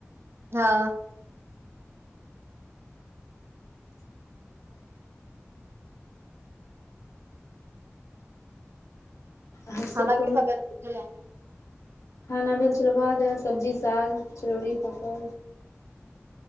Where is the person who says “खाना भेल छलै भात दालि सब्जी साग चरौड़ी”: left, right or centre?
Left